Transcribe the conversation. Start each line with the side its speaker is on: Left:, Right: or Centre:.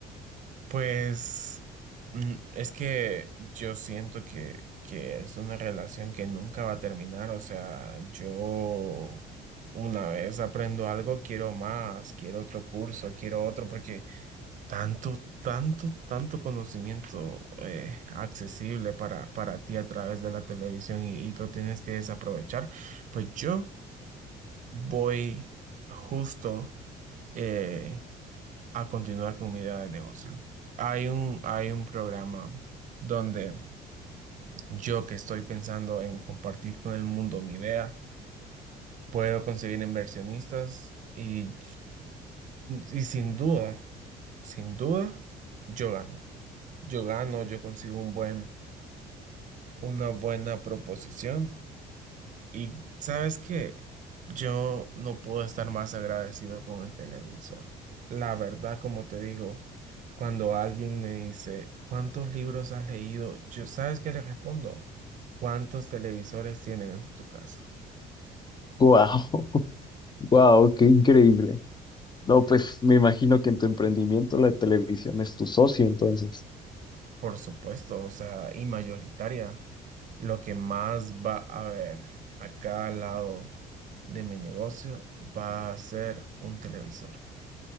Right: Pues mm, es que yo siento que, que es una relación que nunca va a terminar. O sea, yo una vez aprendo algo, quiero más, quiero otro curso, quiero otro, porque Tanto, tanto, tanto conocimiento eh, accesible para, para ti a través de la televisión y, y lo tienes que desaprovechar. Pues yo voy justo eh, a continuar con mi idea de negocio. Hay un, hay un programa donde yo que estoy pensando en compartir con el mundo mi idea, puedo conseguir inversionistas y, y sin duda, sin duda, yo gano. yo gano, yo consigo un buen, una buena proposición. Y sabes que yo no puedo estar más agradecido con el televisor. La verdad, como te digo, cuando alguien me dice, ¿cuántos libros has leído? Yo, ¿sabes qué le respondo? ¿Cuántos televisores tienen en tu casa?
Left: ¡Guau! <laughs> ¡Guau! ¡Qué increíble! No, pues me imagino que en tu emprendimiento la televisión es tu socio, entonces.
Right: Por supuesto, o sea, y mayoritaria, lo que más va a haber a cada lado de mi negocio va a ser un televisor.